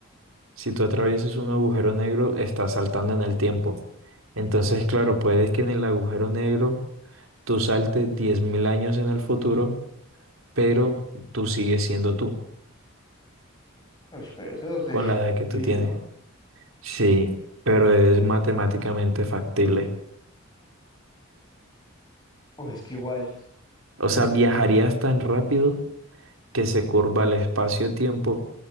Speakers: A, on the right (about 70°); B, on the left (about 20°).
A: si tú atraviesas un agujero negro, estás saltando en el tiempo. Entonces, claro, puede que en el agujero negro tú saltes 10.000 años en el futuro, pero tú sigues siendo tú
B: Uy, pero eso sería
A: con la edad que tú
B: difícil,
A: tienes.
B: ¿no?
A: Sí, pero es matemáticamente factible.
B: Uy, es que igual,
A: O
B: Bueno,
A: sea,
B: te
A: viajarías
B: explico.
A: tan rápido que se curva el espacio-tiempo